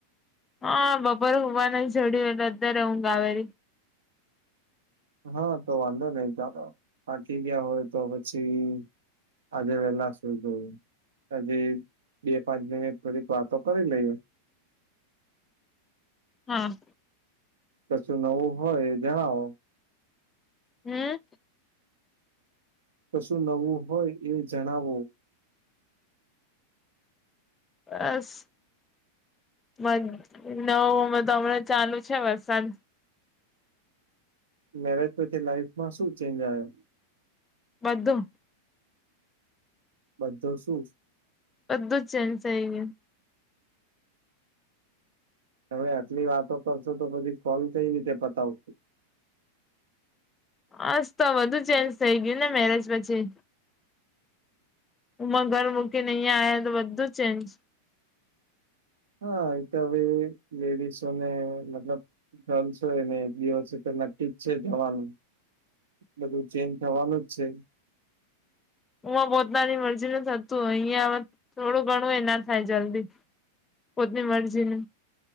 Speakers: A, on the left; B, on the right.
A: હા બપોરે હોવા ન છડ્યું એટલે અત્યારે હઊ ગ આવેેલી.
B: હા તો વાંધો નઈ ચાલો પાકી ગયા હોય તો પછી. અદવેલા શુંધું. હજી બે પાંચ મિનિટ થોડીક વાતો કરી લઈએ.
A: હા.
B: કશું નવું હોય એ જણાવો.
A: હમ.
B: કશું નવું હોય એ જણાવો.
A: બસ. મન નવુંમાં તો હમણાં ચાલુ છે વરસાદ.
B: મેરેજ પછી લાઈફમાં શું ચેન્જ આયો.
A: બધું.
B: બધો શું.
A: અધ જ ચન્સ એ.
B: તમે આટલી વાતો કરશો તો પછી કોલ કઈ રીતે પતાવશો.
A: બસ તો વધધુ ચેન્જ થઇ ગયું ને મેરેજ પછી. હમાં ઘર મૂકીને અહિયાં આ્યા તો બધું ચેન્જ.
B: હા એ તો હવે લેડીસોને મતલબ. ચલ છો ને બ છે ટી છે જવાનું. બધું ચેન્જ થવાનું જ છે.
A: હું પોતાની મરજી નથી થતું અહિયાં થોડું ઘણું એ ના થાય જલ્દી. પોતની મરજી ન